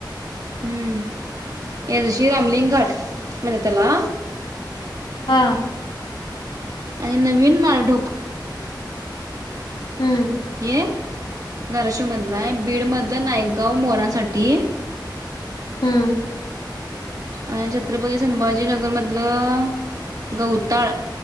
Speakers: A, on the right; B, on the left.
A: हम्म एडशी रामलिंगघट म्हणत्यात त्याला
B: हा.
A: आणि नवीन माळढोक
B: हम्म
A: हे धाराशिवमधला आहे बीड मधलं नायकगाव मोरांसाठी
B: हम्म
A: आणि छत्रपती संभाजी नग नगर मधलं गवताळ